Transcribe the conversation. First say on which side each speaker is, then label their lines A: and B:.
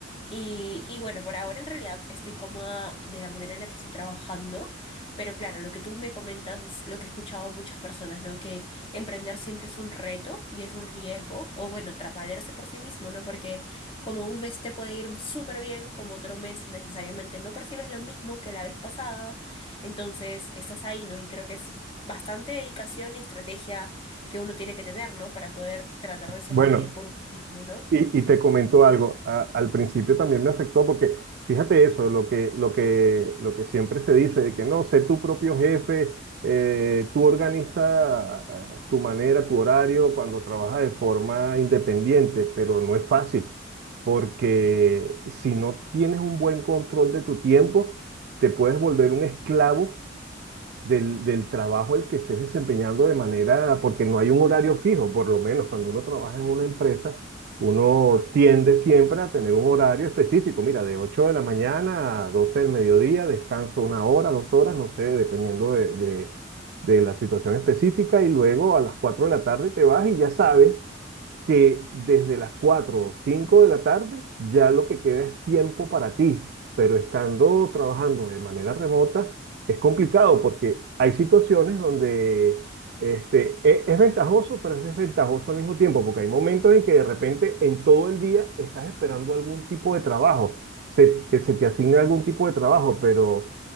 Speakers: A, on the left (about 25°); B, on the right (about 55°).
A: y, y bueno, por ahora en realidad estoy cómoda de la manera en la que estoy trabajando, pero claro, lo que tú me comentas es lo que he escuchado a muchas personas, ¿no? Que emprender siempre es un reto y es un riesgo, o bueno, tra- valerse por sí mismo, ¿no? Porque como un mes te puede ir súper bien, como otro mes necesariamente no percibes lo mismo que la vez pasada, entonces estás ahí, ¿no? Y creo que es bastante dedicación y estrategia que uno tiene que tener, ¿no? Para poder tratar de sobrevivir
B: Bueno.
A: por uno mismo, ¿no?
B: Y,
A: Sí.
B: y te comento algo, a- al principio también me afectó porque fíjate eso, lo que, lo que, lo que siempre se dice de que no, sé tu propio jefe, eh, tú organiza eh, tu manera, tu horario cuando trabajas de forma independiente, pero no es fácil porque si no tienes un buen control de tu tiempo, te puedes volver un esclavo del, del trabajo el que estés desempeñando de manera, porque no hay un horario fijo, por lo menos cuando uno trabaja en una empresa, uno tiende siempre a tener un horario específico, mira, de 8 de la mañana a 12 del mediodía, descanso una hora, dos horas, no sé, dependiendo de, de, de la situación específica, y luego a las 4 de la tarde te vas y ya sabes que desde las 4 o 5 de la tarde ya lo que queda es tiempo para ti, pero estando trabajando de manera remota es complicado porque hay situaciones donde este, e- es, ventajoso, pero es desventajoso al mismo tiempo, porque hay momentos en que de repente en todo el día estás esperando algún tipo de trabajo, se- que se te asigne algún tipo de trabajo, pero